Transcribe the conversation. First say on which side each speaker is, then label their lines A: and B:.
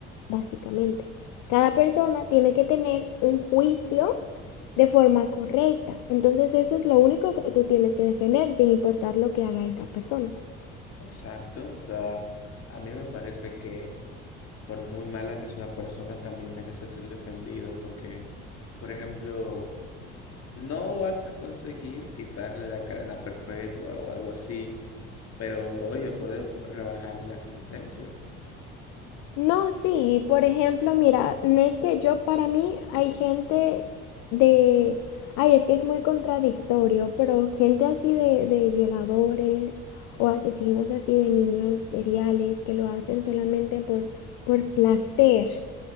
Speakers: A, on the left; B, on the left.
A: básicamente. Cada persona tiene que tener un juicio de forma correcta. Entonces eso es lo único que tú tienes que defender, sin importar lo que haga esa persona.
B: Exacto, o sea, a mí me parece que por muy mala que es una persona, también merece ser defendido porque, por ejemplo, no vas a conseguir quitarle la cadena perpetua o algo así, pero oye, puede rebajarle la sentencia.
A: No, sí, por ejemplo, mira, no es que yo, para mí hay gente de, ay, es que es muy contradictorio, pero gente así de, de violadores o asesinos así de niños seriales que lo hacen solamente por, por placer.